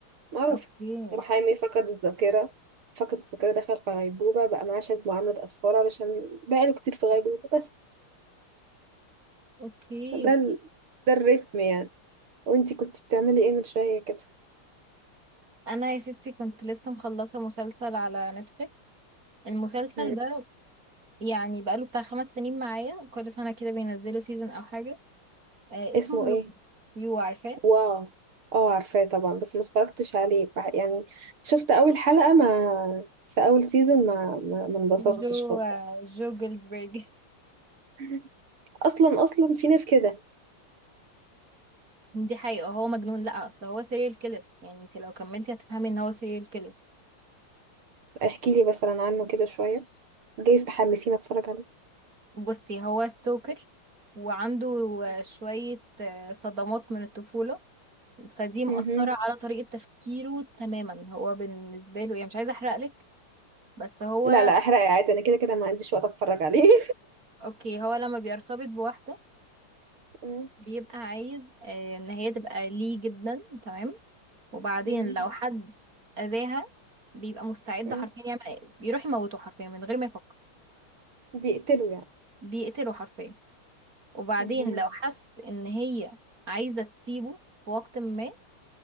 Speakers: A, on the right; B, on the right.
A: معروف
B: اوكي
A: محامي فقد الذاكرة فقد الذاكرة دخل في غيبوبة بقى معاه شوية معاملة أطفال علشان بقاله كتير في غيبوبة بس
B: اوكي
A: ده ال... ده الريتم يعني وانتي كنت بتعملي ايه من شوية كده
B: انا يا ستي كنت لسه مخلصه مسلسل على نتفليكس المسلسل
A: مم.
B: ده يعني بقاله بتاع خمس سنين معايا كل سنه كده بينزلوا سيزون او حاجه آه
A: اسمه
B: اسمه يو
A: ايه
B: يو عارفاه
A: واو اه عارفاه طبعا بس ما اتفرجتش عليه بح- يعني شفت أول حلقة ما في أول سيزون ما ما ما انبسطتش
B: جو
A: خالص
B: آه جو جولدبرج
A: <laughs> أصلا أصلا في ناس كده
B: دي حقيقة هو مجنون لا اصل هو سيريال كيلر يعني انت لو كملتي هتفهمي ان هو سيريال كيلر
A: احكي لي مثلا عنه كده شوية جايز تحمسيني أتفرج عليه
B: بصي هو ستوكر وعنده آه، شوية آه، صدمات من الطفولة فدي مأثرة
A: مهم.
B: على طريقة تفكيره تماما هو بالنسبة له يعني مش عايزة احرقلك بس هو
A: لا لا احرقي عادي انا كده كده ما عنديش وقت اتفرج عليه <laughs>
B: اوكي هو لما بيرتبط بواحدة
A: مم،
B: بيبقى عايز آه، ان هي تبقى ليه جدا تمام وبعدين
A: مم،
B: لو حد أذاها بيبقى مستعد
A: مم.
B: حرفيا يعمل ايه بيروح يموته حرفيا من غير ما يفكر
A: بيقتلوا يعني
B: بيقتله حرفيا وبعدين
A: مهم،
B: لو حس ان هي عايزة تسيبه في وقت ما